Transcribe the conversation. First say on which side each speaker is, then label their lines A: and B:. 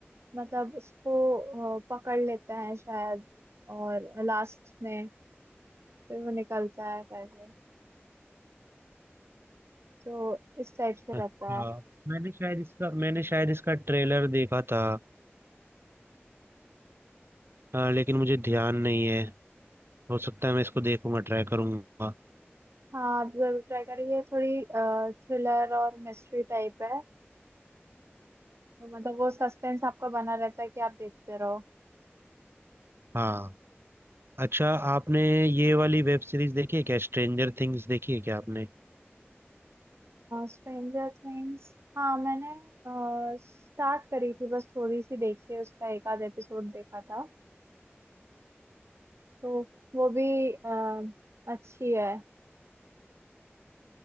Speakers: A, on the right; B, on the right.
A: मतलब उसको अ, पकड़ लेता है शायद और लास्ट में फिर वो निकलता है करके तो इस टाइप से
B: अच्छा
A: रहता है
B: मैंने शायद इसका मैंने शायद इसका ट्रेलर देखा था अ, लेकिन मुझे ध्यान नहीं है हो सकता है मैं इसको देखूंगा ट्राई करूंगा
A: हाँ आप जरूर ट्राई करिए थोड़ी थ्रिलर और मिस्ट्री टाइप है तो मतलब वो सस्पेंस आपका बना रहता है कि आप देखते रहो
B: हाँ अच्छा आपने ये वाली वेब सीरीज देखी है क्या स्ट्रेंजर थिंग्स देखी है क्या आपने
A: स्ट्रेंजर थिंग्स हाँ मैंने स्टार्ट करी थी बस थोड़ी सी देखी है उसका एक आध एपिसोड देखा था तो वो भी अ, अच्छी है